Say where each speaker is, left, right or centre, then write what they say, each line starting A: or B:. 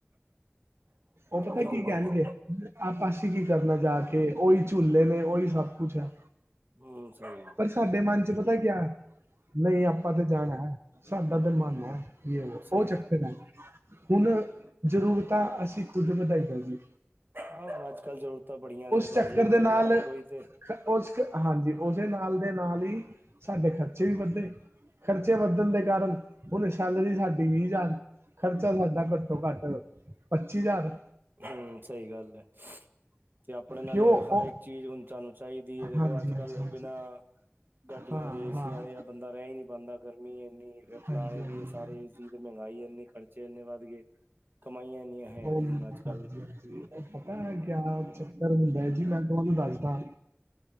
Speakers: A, on the right; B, on the right.
A: ਉਹ ਪਤਾ
B: ਬਿਲਕੁਲ
A: ਕੀ
B: ਭਾਜੀ
A: ਕਹਿਣਗੇ। ਆਪਸੀਂ ਕੀ ਕਰਨਾ ਜਾ ਕੇ ਉਹੀ ਝੂਲੇ ਨੇ ਉਹੀ ਸਭ ਕੁਛ ਹੈ਼।
B: ਹੂੰ ਸਹੀ
A: ਪਰ ਸਾਡੇ ਮਨ 'ਚ ਪਤਾ ਕਿਹਾ ਨਹੀਂ ਆਪਾਂ ਤਾਂ ਜਾਣਾ ਸਾਡਾ ਤੇ ਮਨ ਐ।
B: ਸਹੀ
A: ਉਹ ਚੱਕਰ
B: ਗੱਲ
A: ਹੈ ਹੁਣ ਜ਼ਰੂਰਤਾਂ ਅਸੀਂ ਖੁਦ ਵਧਾਈਆਂ ਦਈ।
B: ਹਾਂ ਅੱਜ ਕੱਲ ਜ਼ਰੂਰਤਾਂ ਬੜੀਆਂ ਨੇ ਭਾਜੀ
A: ਚੱਕਰ
B: ਬੰਦੇ
A: ਦੇ ਨਾਲ
B: ਕੋਲ ਹਰ ਕੋਈ ਤੇ <inaudible>
A: ਉਸ ਹਾਂਜੀ ਨਾਲ ਦੇ ਨਾਲ ਹੀ ਸਾਡੇ ਖਰਚੇ ਵੀ ਵੱਧੇ ਖਰਚੇ ਵੱਧਣ ਦੇ ਕਾਰਨ ਹੁਣ ਸ਼ੈਲਰੀ ਸ਼ਾਡੀ ਵੀਹ ਹਜ਼ਾਰ, ਖਰਚਾ ਸਾਡਾ ਘੱਟੋ ਘੱਟ ਪੱਚੀ ਹਜ਼ਾਰ।
B: ਹੂੰ ਸਹੀ ਗੱਲ ਐ। ਤੇ ਆਪਣੇ ਨਾਲੇ
A: ਕਿਉਂ
B: ਹਰ
A: ਉਹ
B: ਇੱਕ ਚੀਜ਼ ਹੁਣ ਸਾਨੂੰ ਚਾਹੀਦੀ ਐ, ਦੇਖੋ
A: ਹਾਂਜੀ
B: ਅੱਜ
A: ਹਾਂਜੀ
B: ਕੱਲ
A: ਹਾਂਜੀ
B: ਬਿਨਾਂ ਗਾਡੀਆਂ
A: ਹਾਂ
B: ਦੇ ਏਸੀਆਂ
A: ਹਾਂ
B: ਦੇ ਬੰਦਾ ਰਹਿ ਹੀ ਨੀ ਪਾਉਂਦਾ, ਗਰਮੀ ਇੰਨੀ ਫੇਰ
A: ਹਾਂਜੀ,
B: ਲਾਣੇ ਵੀ
A: ਹਾਂਜੀ।
B: ਸਾਰੇ
A: ਹਾਂਜੀ।
B: ਤੇ ਮਹਿੰਗਾਈ ਇੰਨੀ ਖ਼ਰਚੇ ਇੰਨੇ ਵੱਧ ਗੇ ਕਮਾਈਆਂ ਇੰਨੀਆਂ ਹੈ
A: ਉਹ
B: ਨੀ ਹੁਣ ਅੱਜ
A: ਹਾਂਜੀ-
B: ਕੱਲ
A: ਹਾਂਜੀ ਉਹ ਪਤਾ ਹੈ ਕਿਆ ਚੱਕਰ ਹੁੰਦਾ ਹੈ ਜੀ ਮੈਂ ਤੁਹਾਨੂੰ ਦੱਸਦਾ।